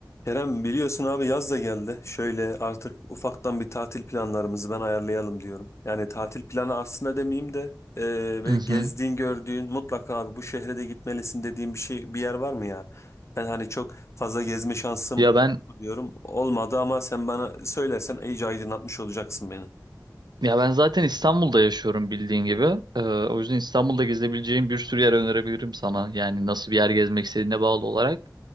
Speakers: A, on the left (about 40°); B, on the right (about 75°).
A: Kerem biliyorsun abi yaz da geldi. Şöyle artık ufaktan bir tatil planlarımızı ben ayarlayalım diyorum. Yani tatil planı aslında demeyeyim de e, böyle
B: Hı
A: gezdiğin
B: hı.
A: gördüğün mutlaka abi bu şehre de gitmelisin dediğin bir şey bir yer var mı ya? Ben hani çok fazla gezme şansım
B: Ya
A: oldu
B: ben
A: mu diyorum. Olmadı ama sen bana söylersen iyice aydınlatmış olacaksın beni.
B: ya ben zaten İstanbul'da yaşıyorum bildiğin gibi. Ee, o yüzden İstanbul'da gezebileceğim bir sürü yer önerebilirim sana. Yani nasıl bir yer gezmek istediğine bağlı olarak.